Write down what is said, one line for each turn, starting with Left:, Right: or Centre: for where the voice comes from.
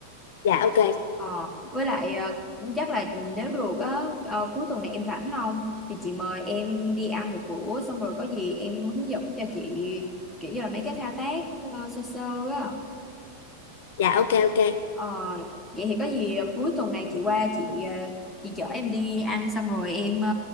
Left: dạ ok
Centre: Ờ, với lại ờ, cũng chắc là nếu được á ờ, cuối tuần này em rảnh không thì chị mời em đi ăn một bữa xong rồi có gì em hướng dẫn cho chị kiểu như là mấy cái thao tác ờ, sơ sơ á
Left: dạ ok ok
Centre: Ờ, vậy thì có gì cuối tuần này chị qua chị ờ, chị chở em đi ăn xong rồi em ờ,